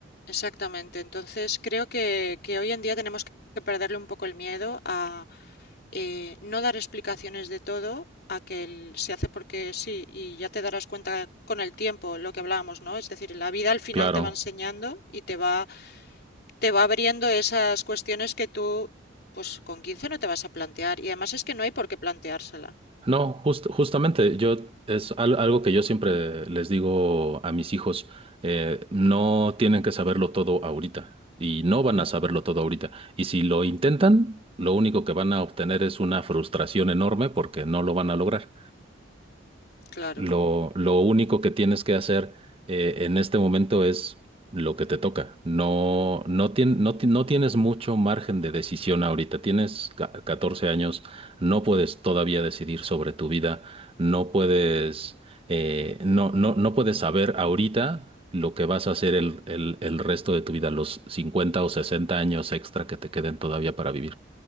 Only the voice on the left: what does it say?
exactamente. Entonces, creo que, que hoy en día tenemos que perderle un poco el miedo a eh, no dar explicaciones de todo, a que el- se hace porque sí, y ya te darás cuenta con el tiempo lo que hablábamos, ¿no? Es decir, la vida al final
te va enseñando y te va, te va abriendo esas cuestiones que tú, pues con 15 no te vas a plantear. Y además es que no hay por qué planteársela.
Claro.